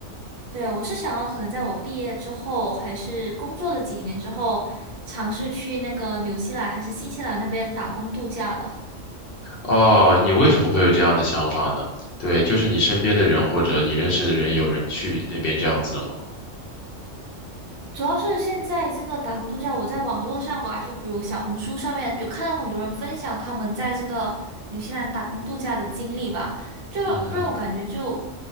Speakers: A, on the right (about 60°); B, on the left (about 55°).
A: 对，我是想要可能在我毕业之后，还是工作了几年之后，尝试去那个纽西兰还是新西兰那边打工度假的。
B: 哦，你为什么会有这样的想法呢？对，就是你身边的人或者你认识的人有人去那边这样子了吗？
A: 主要是现在这个打工度假，我在网络上吧，就比如小红书上面有看到很多人分享他们在这个纽西兰打工度假的经历吧，就让我感觉就
B: 嗯